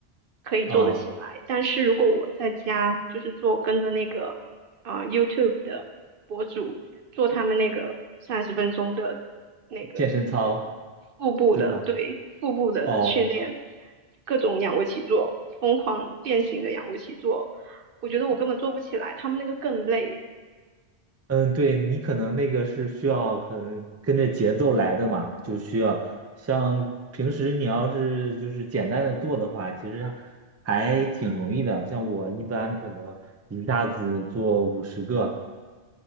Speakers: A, on the right; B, on the right.
A: 可以做得起来。
B: 哦，
A: 但是如果我在家就是做跟着那个啊、呃 YouTube 的博主做他们那个三十分钟的那个呃腹部的对腹部的训练，
B: 健身操，对吧？哦。
A: 各种仰卧起坐，疯狂变形的仰卧起坐，我觉得我根本做不起来，他们那个更累，
B: 嗯，对，你可能那个是需要可能跟着节奏来的嘛，就需要像平时你要是就是简单的做的话，其实还挺容易的。像我一般可能一下子做五十个，